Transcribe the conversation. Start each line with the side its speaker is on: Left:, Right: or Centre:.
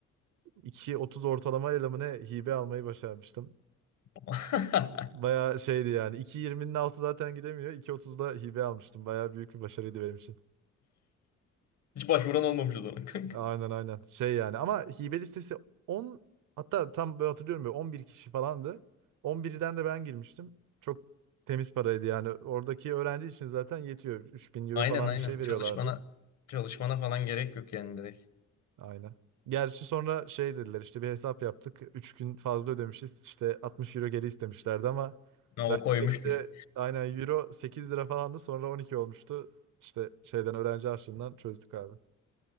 Right: iki otuz ortalama ile mi ne hibe almayı başarmıştım.
Left: <laughs>
Right: Bayağı şeydi yani. 2.20'nin altı zaten gidemiyor. 2.30'da hibe almıştım. Bayağı büyük bir başarıydı benim için.
Left: Hiç başvuran olmamış o zaman kanka.
Right: Aynen aynen. Şey yani ama hibe listesi on hatta tam böyle hatırlıyorum böyle 11 kişi falandı. 11'den de ben girmiştim. Çok temiz paraydı yani. Oradaki öğrenci için zaten yetiyor. 3000 euro
Left: Aynen
Right: falan
Left: aynen.
Right: bir Evet. şey veriyorlardı.
Left: Çalışmana çalışmana falan gerek yok yani direkt.
Right: Aynen. Gerçi sonra şey dediler işte bir hesap yaptık. üç gün fazla ödemişiz. İşte 60 euro geri istemişlerdi ama
Left: Ha, o
Right: verdiklerinde
Left: koymuştur.
Right: aynen euro 8 lira falandı sonra 12 olmuştu. İşte şeyden öğrenci harçlığından çözdük abi.